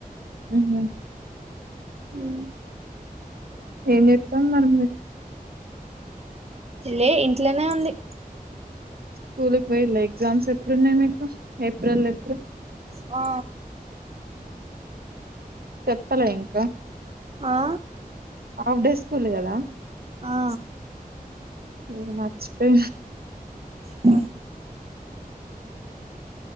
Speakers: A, on the right (about 80°); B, on the right (about 45°).
A: ఉహూ
B: ఉ
A: ఎమ్ జేత్తం మరి
B: లే ఇంట్లోనే ఉంది
A: స్కూల్కి పోయిలే ఎగ్జామ్స్ ఎప్పుడున్నాయి మీకు ఏప్రిల్ ఎప్పుడు
B: ఆ
A: చెప్పాల ఇంకా
B: ఆ
A: హాఫ్ డే స్కూల్ కదా
B: ఆ
A: ఏఓ మాచపి
B: ఆ